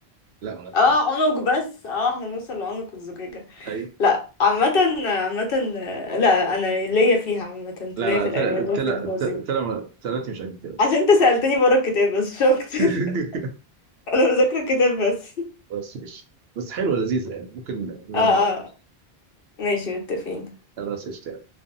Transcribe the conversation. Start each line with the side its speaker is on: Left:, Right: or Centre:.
Right: لا ما عرفهاش
Left: اه عنق بس اه احنا نوصل لعنق الزجاجة
Right: أيوه
Left: لا عامة عامة لا لا انا ليا فيها عامة
Right: لا
Left: ليا
Right: لا
Left: في الأغاني
Right: تل تل
Left: في الفوازير
Right: تل تل تلاتي مش قد كده
Left: عشان انت سألتني بره الكتاب بس مش اكتر
Right: <laughs>
Left: انا مذاكره الكتاب بس
Right: بس مش بس حلوة لذيذة يعني ممكن نلعبها
Left: اه
Right: أكتر
Left: اه ماشي متفقين
Right: خلاص قشطة